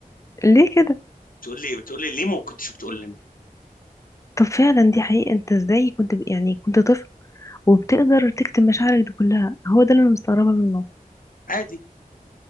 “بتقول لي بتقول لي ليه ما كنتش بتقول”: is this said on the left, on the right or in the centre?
Left